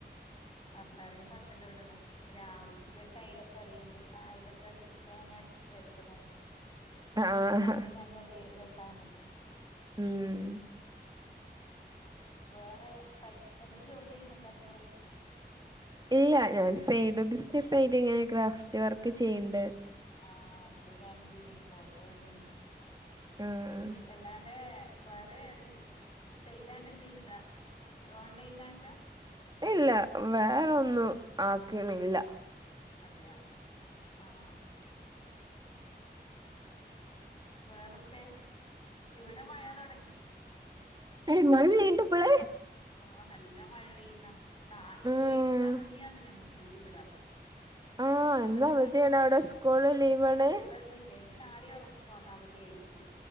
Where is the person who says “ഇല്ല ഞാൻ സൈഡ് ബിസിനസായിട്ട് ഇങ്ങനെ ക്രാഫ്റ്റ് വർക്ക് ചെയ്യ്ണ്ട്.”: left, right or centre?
Right